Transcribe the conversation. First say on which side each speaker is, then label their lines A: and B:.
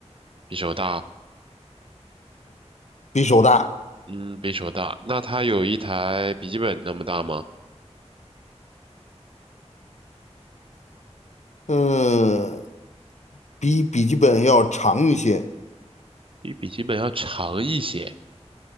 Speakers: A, on the right; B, on the left.
A: 比手大，
B: 比手大，
A: 嗯，比手大。那它有一台笔记本那么大吗？
B: 嗯，比笔记本要长一些，
A: 比笔记本要长一些。